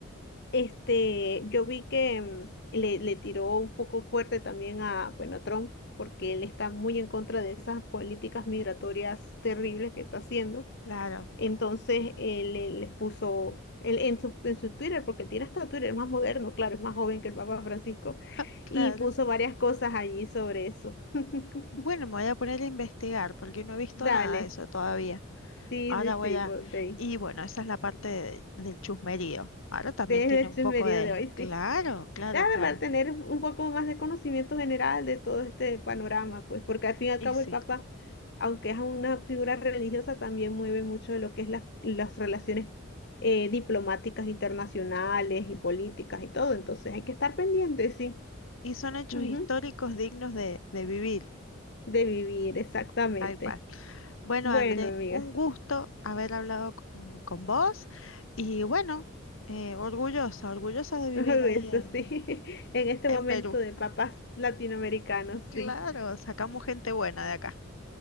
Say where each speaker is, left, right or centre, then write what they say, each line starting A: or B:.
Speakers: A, on the left; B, on the left.
A: este, yo vi que mm, le, le tiró un poco fuerte también a, bueno, a Trump, porque él está muy en contra de esas políticas migratorias terribles que está haciendo.
B: Claro,
A: Entonces él, él les puso él, en su, en su Twitter, porque tiene hasta Twitter, es más moderno, claro, es más joven que el Papa Francisco,
B: <laughs> claro.
A: y puso varias cosas allí sobre eso. <laughs>
B: Bueno, me voy a poner a investigar porque no he visto
A: Dale,
B: nada de eso todavía.
A: sí,
B: Ahora
A: sí,
B: voy
A: sí,
B: a...
A: ponte ahí.
B: Y bueno, esa es la parte de- del chusmerío. Ahora también
A: Desde
B: tiene
A: el
B: un
A: chismerío
B: poco de...
A: de hoy, sí.
B: Claro, claro,
A: Claro,
B: claro.
A: para tener un poco más de conocimiento general de todo este panorama, pues, porque al fin y al
B: Y
A: cabo
B: sí.
A: el Papa, aunque es una figura religiosa, también mueve mucho de lo que es las las relaciones eh, diplomáticas internacionales y políticas y todo. Entonces hay que estar pendiente, sí,
B: Y son hechos
A: ujú,
B: históricos dignos de, de vivir,
A: de vivir, exactamente.
B: tal cual. Bueno,
A: Bueno,
B: André,
A: amiga,
B: un gusto haber hablado con, con vos y bueno, eh, orgullosa, orgullosa
A: <laughs>
B: de vivir
A: eso
B: ahí en,
A: sí, <laughs> en este
B: en
A: momento
B: Perú.
A: de papas latinoamericanos,
B: Claro,
A: sí,
B: sacamos gente buena de acá.